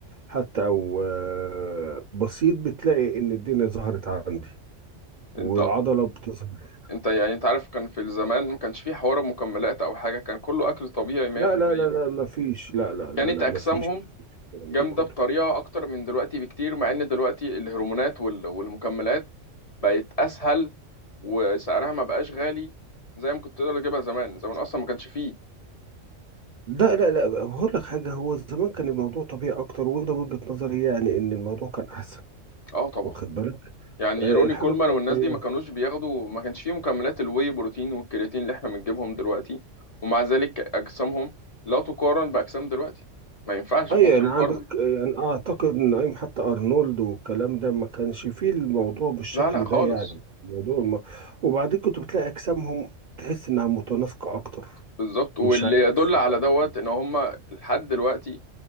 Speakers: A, on the right; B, on the left.
A: حتى او آه، بسيط بتلاقي ان الدنيا ظهرت عندي والعضلة
B: انت
A: بتظهر
B: انت يعني انت عارف كان في الزمان ما كانش في حوار مكملات او حاجه كان كله اكل طبيعي 100%
A: لا لا لا لا مفيش لا لا لا
B: كانت
A: لا
B: اجسامهم
A: مفيش الكلام
B: جامده
A: ده كله
B: بطريقه اكتر من دلوقتي بكتير مع ان دلوقتي الهرمونات وال- والمكملات بقت اسهل وسعرها ما بقاش غالي زي ما كنت تقدر تجيبها زمان زمان اصلا ما كانش فيه
A: لا لا لا هقول لك حاجة هو زمان كان الموضوع طبيعي أكتر وده وجهة نظري يعني إن الموضوع كان أحسن
B: اه طبعا
A: واخد بالك
B: يعني
A: آه
B: روني
A: الحاجة
B: كولمان
A: الطبيعية
B: والناس دي ما كانوش بياخدوا ما كانش فيه مكملات الواي بروتين والكرياتين اللي احنا بنجيبهم دلوقتي ومع ذلك اجسامهم لا تقارن باجسام دلوقتي ما ينفعش
A: أي
B: يكون
A: يعني
B: في
A: عندك
B: مقارنه
A: يعني أعتقد إن أيام حتى أرنولد والكلام ده ما كانش فيه الموضوع بالشكل
B: لا لا خالص
A: ده يعني الموضوع الم... وبعدين كنت بتلاقي أجسامهم تحس إنها متناسقة أكتر
B: بالظبط واللي
A: مش عارف
B: يدل على
A: يعني
B: دوت ان هم لحد دلوقتي